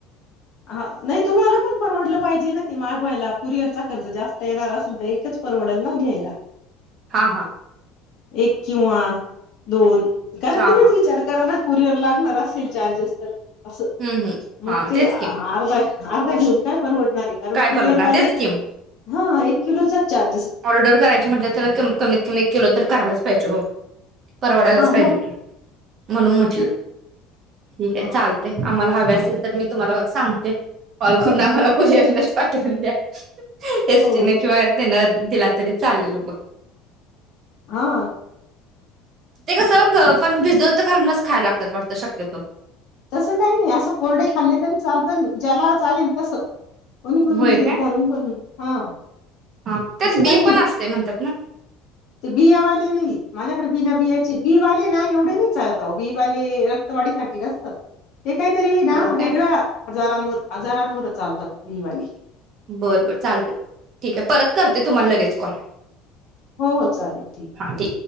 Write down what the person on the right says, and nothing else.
हा हा
हां,
हां.
हं, हं.
हां, तेच
की.
काय
परवडणार?
तेच की.
ऑर्डर करायची म्हटलं तर कम कमीत कमी एक किलो तर करालाच पाहिजे वो परवडायलाच
पाहिजे
की म्हणून म्हटलं
ठीक आहे
चालतय आम्हाला हवे असेल तर मी तुम्हाला सांगते. कॉल करून आम्हाला कुरिअर च <unintelligible> <unintelligible> एस
टी न किंवा <unintelligible> तिला तरी चाललेल मग
ते कस ग पण भिजत घालूनच खायला लागतात वाटतं शक्यतो.
होय
काय?
हा त्यात
बी
पण असते म्हणतात ना
होय
काय?
बरं बर चालतंय, ठीक आहे परत करते तुम्हाला लगेच कॉल.
हा ठीक.